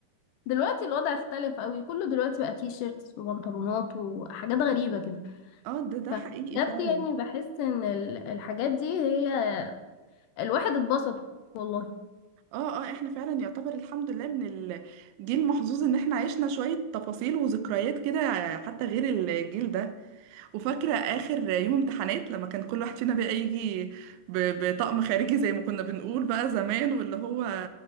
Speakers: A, on the left; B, on the right.
A: دلوقتي الوضع اختلف قوي كله دلوقتي بقى تي شيرتس وبنطلونات وحاجات غريبة كده
B: اه ده ده
A: فبجد
B: حقيقي فعلا
A: يعني بحس ان ال- الحاجات دي هي الواحد اتبسط والله
B: اه اه احنا فعلا يعتبر الحمد لله من الجيل المحظوظ ان احنا عشنا شوية تفاصيل وذكريات كده حتى غير الجيل ده وفاكرة اخر يوم امتحانات لما كان كل واحد فينا بقى يجي ب- بطقم خارجي زي ما كنا بنقول بقى زمان واللي هو